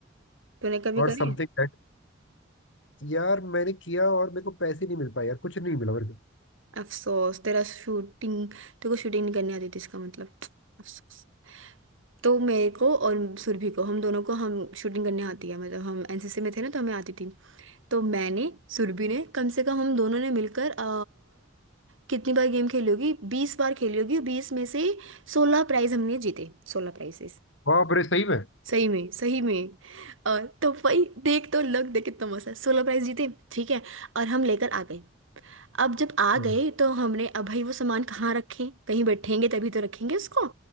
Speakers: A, on the right; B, on the left.
A: तूने कभी
B: और
A: करे
B: समथिंग दैट यार मैंने किया और मेरे को पैसे नहीं मिल पाए यार कुछ नहीं मिला मेरे को
A: अफसोस तेरा शूटिंग तेरे को शूटिंग नहीं करनी आती थी इसका मतलब अफसोस तो मेरे को और सुरभि को हम दोनों को हम शूटिंग करने आती है मतलब हम एनसीसी में थे ना तो हमें आती थी तो मैंने सुरभि ने कम से कम हम दोनों ने मिलकर अ, कितनी बार गेम खेली होगी बीस बार खेली होगी बीस में से सोलह प्राइज हमने जीते सोलह प्राइजेस
B: बाप रे सही में
A: सही में सही में और तो भाई देख तो लग देख कितना मस्त है सोलह प्राइज जीते ठीक है और हम लेकर आ गए अब जब आ गए
B: हाँ,
A: तो हमने अब भाई वो सामान कहाँ रखें कहीं बैठेंगे तभी तो रखेंगे उसको